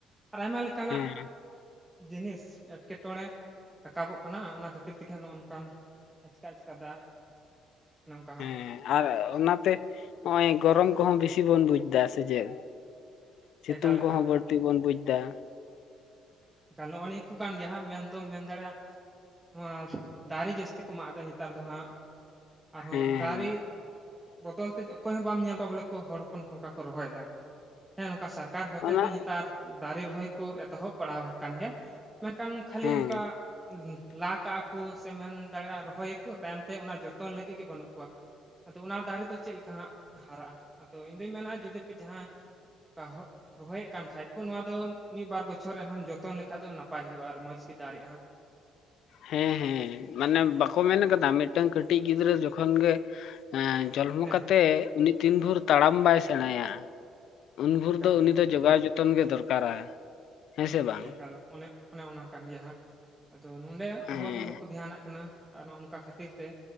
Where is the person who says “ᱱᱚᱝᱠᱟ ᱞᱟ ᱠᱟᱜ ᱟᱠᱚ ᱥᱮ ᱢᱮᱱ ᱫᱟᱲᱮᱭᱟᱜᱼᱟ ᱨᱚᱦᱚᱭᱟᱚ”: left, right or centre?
Right